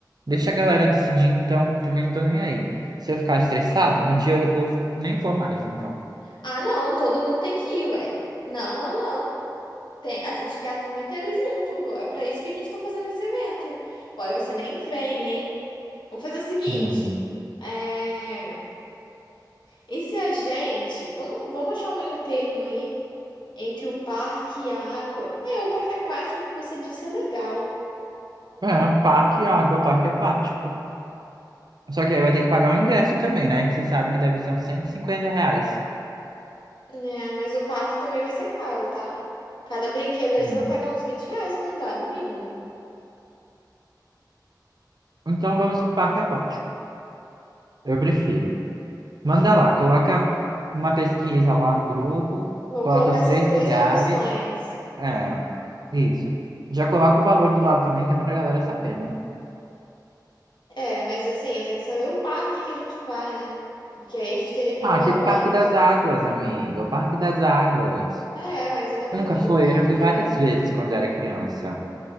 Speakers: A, on the right (about 65°); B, on the left (about 85°).
A: Deixa a galera decidir então, também não tô nem aí. Se eu ficar estressado, no dia eu eu nem vou mais, então.
B: Ah, não, todo mundo tem que ir, ué. Não, não, não. Tem, a gente quer a turma inteira junto. É pra isso que a gente tá fazendo esse evento. Olha, você nem vem, hein? Vamos fazer o seguinte.
A: Hum.
B: É... E se a gente. Vamos, vamos achar um meio termo aí entre o parque e a água. É, o parque aquático que você disse é legal,
A: É, parque, água, parque aquático. Só que aí vai ter que pagar o ingresso também, né? Que você sabe que deve ser uns 150 reais.
B: né? Mas o parque também vai ser caro, tá? Cada brinquedo aí
A: Hum.
B: você vai pagar uns 20 reais pra andar, no mínimo.
A: Então vamos pro parque aquático. Eu prefiro. Manda lá, coloca uma pesquisa lá no grupo,
B: Vou
A: coloca
B: colocar
A: os
B: essas
A: três
B: três
A: lugares.
B: opções.
A: É, isso. Já coloca o valor do lado também, que é pra galera saber, né?
B: É, mas assim, eu tenho que saber o parque que a gente vai, né? Porque aí a gente teria que
A: Ah,
B: alugar
A: aquele
B: um
A: Parque
B: ônibus.
A: das Águas, amiga, o Parque das Águas.
B: É, mas ele é um
A: Eu
B: pouquinho
A: nunca fui,
B: longe,
A: eu já fui várias
B: né?
A: vezes quando era criança.